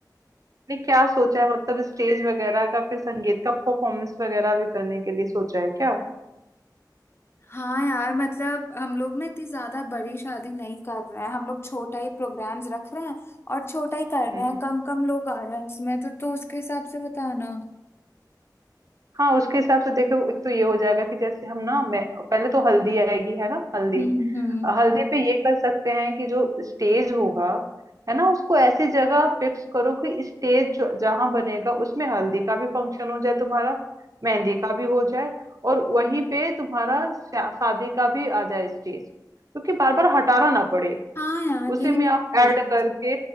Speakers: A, on the right; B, on the left.
A: ने क्या सोचा है मतलब स्टेज वगैरह का फिर संगीत का परफॉर्मेंस वगैरह भी करने के लिए सोचा है क्या
B: हाँ यार मतलब हम लोग ना इतनी ज्यादा बड़ी शादी नहीं कर रहे हैं हम लोग छोटा ही प्रोग्राम्स रख रहे हैं और छोटा ही कर
A: हम्म
B: रहे हैं कम कम लोग आ रहे हैं इसमें तो तो उसके हिसाब से बताना
A: हाँ उसके हिसाब से देखो एक तो ये हो जाएगा कि जैसे हम ना मैं पहले तो हल्दी आएगी है ना हल्दी
B: हम्म हम्म हम्म।
A: अ, हल्दी पे ये कर सकते हैं कि जो स्टेज होगा है ना उसको ऐसी जगह फिक्स करो कि स्टेज जहाँ बनेगा उसमें हल्दी का भी फंक्शन हो जाए तुम्हारा मेहंदी का भी हो जाए और वहीं पे तुम्हारा शा- शादी का भी आ जाए स्टेज क्योंकि बार बार हटाना ना पड़े
B: हाँ यार
A: उसी
B: यही
A: में
B: मैं
A: आप
B: सोच
A: ऐड
B: रही
A: करके
B: थी